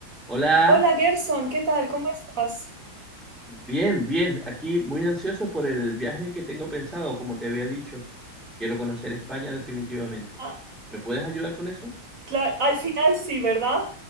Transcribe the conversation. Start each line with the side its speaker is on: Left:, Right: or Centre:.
Centre: Hola,
Right: Hola Gerson, ¿qué tal? ¿Cómo estás?
Centre: bien, bien. Aquí muy ansioso por el viaje que tengo pensado, como te había dicho. Quiero conocer España definitivamente.
Right: Ah,
Centre: ¿Me puedes ayudar con eso?
Right: claro, al final sí, ¿verdad?